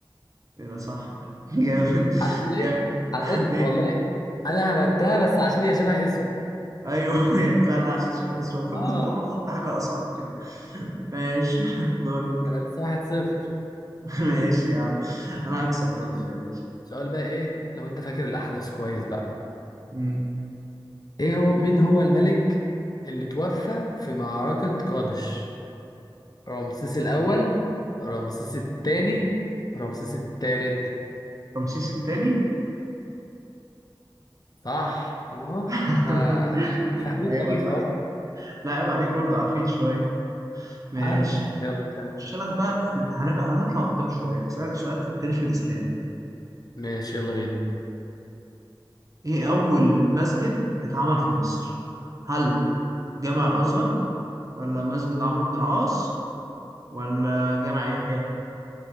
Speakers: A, on the right; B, on the left.
A: ايه ده صح <laughs> جامد
B: عارف ليه؟
A: جامد
B: عشان
A: <laughs> ليه
B: والله أنا هبتها بس عشان هي شبه اسمه
A: ايوه هي فعلا عشان شبه اسمه المفروض
B: آه
A: كنت اقوم احط حاجه اصعب كده ماشي <laughs> دور
B: أنا لسه واحد صفر
A: <laughs> ماشي يا عم انا هكسب برضه
B: ماشي
A: متقلقش
B: سؤال بقى إيه لو أنت فاكر الأحداث كويس بقى
A: أمم.
B: ايه هو مين هو الملك اللي توفى في معركة قادش رمسيس الأول رمسيس الثاني رمسيس الثالث
A: رمسيس التاني
B: صح طب اهو
A: <laughs>
B: آه، فاهمين
A: ايوه
B: التاريخ
A: عيب
B: اهو
A: عليك لا عيب عليك برضه عارفين شويه ماشي
B: عاش يلا كمل
A: هخش لك بقى في... هنبقى هنطلع قدام شويه هسألك سؤال في التاريخ الاسلامي
B: ماشي يلا بينا
A: ايه اول مسجد اتعمل في مصر هل جامع الازهر ولا مسجد عمرو بن العاص ولا جامع يحيى